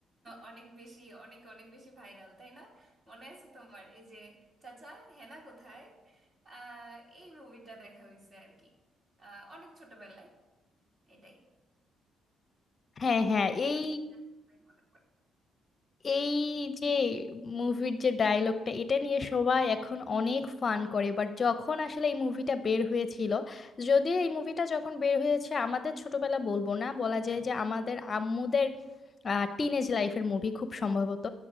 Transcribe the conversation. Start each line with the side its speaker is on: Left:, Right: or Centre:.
Right: অনেক বেশি অনেক অনেক বেশি ভাইরাল তাই না মনে আছে তোমার এই যে চাচা হেনা কোথায় আহ, এই মুভিটা দেখা হয়েছে আর কি আহ, অনেক ছোটবেলায় এটাই
Left: হ্যাঁ হ্যাঁ এই
Right: জাস্ট মনে পড়ে
Left: এই যে মুভির যে ডায়লগটা এটা নিয়ে সবাই এখন অনেক ফান করে বাট যখন আসলে এই মুভিটা বের হয়েছিল যদিও এই মুভিটা যখন বের হয়েছে আমাদের ছোটবেলা বলবো না বলা যায় যে আমাদের আম্মুদের টিনেজ লাইফের মুভি খুব সম্ভবত